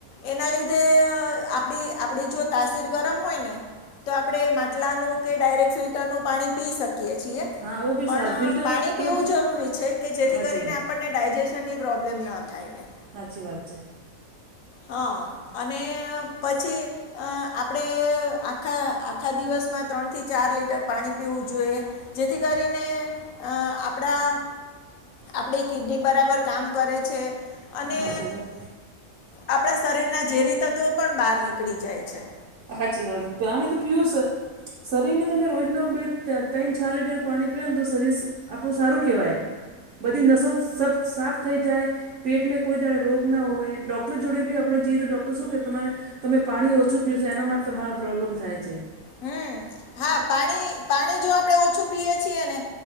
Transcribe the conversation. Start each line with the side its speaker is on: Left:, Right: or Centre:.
Left: એના લીધે અ આપડી આપડી જો તાસીર ગરમ હોય ને તો આપણે માટલાનું કે ડાયરેક્ટ ફિલ્ટરનું પાણી પીય શક કીએ છીએ
Right: હા ઓ બી
Left: પણ
Right: સારું ફિલ્ટર
Left: પાણી
Right: તમે
Left: પીવું જરૂરી છે કે જેથી
Right: હાચી
Left: કરીને
Right: વાત
Left: આપણને ડાયજેસ સનની પ્રોબ્લેમ ન થાય એમ
Right: હાચી વાત છે.
Left: હ, અને પછી અ આપડે આખા આખા દિવસમાં ત્રણથી ચાર લીટર પાણી પીવું જોઈએ. જેથી કરીને અ આપડા આપડી કિડની બરાબર કામ કરે છે અને
Right: સાચી વાત
Left: આપણા શરીરના ઝેરી તત્ત્વો પણ બાર નીકળી જાય છે.
Right: હાચી વાત પાણી તો પીયુંસ શરીરમાં તમે રોજનુ બે ત્રન ત્રણ ચાર લીટર પાણી પીઓ ને તો શરીર આપણું સારું કહેવાય, બધી નસો સફ સાફ થઈ જાય. પેટમાં કોઈ દાડે રોગ ના હોવે ડોક્ટર જોડે બી આપણે જે રીતે ડોક્ટર શું કે તમારે તમે પાણી ઓછું પીવ શો એના માટે તમારો પ્રોબ્લેમ થાય છે.
Left: હમ, હા, પાણી પાણી જો આપણે ઓછું પીએ છીએ ને